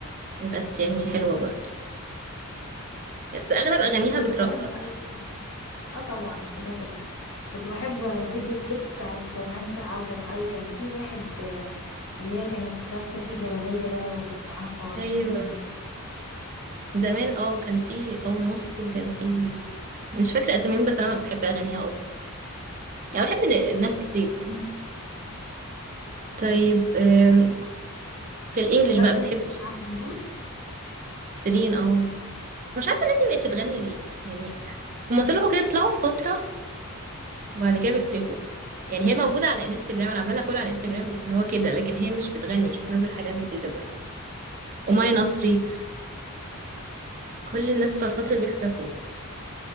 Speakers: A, on the right; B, on the left.
A: بس يعني حلوة برضه بس أغلب أغانيها
B: وكنت
A: بترقص
B: بحب قوي اه طبعا كده كده كنت بحب فيديو كليبس بتاعت نانسي عجرم قوي كان في واحد آه، اللي هي كانت لابسة فيه جلابية ده ومعاها فار
A: أيوة
B: وحاجات زي كده
A: زمان اه كان في أو نص وكان في مش فاكرة أساميهم بس أنا بحب أغانيها أوي يعني بحب ن- ناس كتير يعني طيب آم، في الإنجليش
B: فاكرة
A: بقى بتحبي
B: سيدي
A: إيه؟
B: عبد النور
A: سيرين اه مش عارفة الناس دي مبقتش تغني ليه يعني هما طلعوا كده بيطلعوا في فترة وبعد كده بيختفوا يعني هي موجودة على انستجرام انا عاملة لها فولو على انستجرام اللي هو كده لكن هي مش بتغني مش بتنزل حاجات جديدة بقى وماي نصري وكل الناس بتوع الفترة دي اختفوا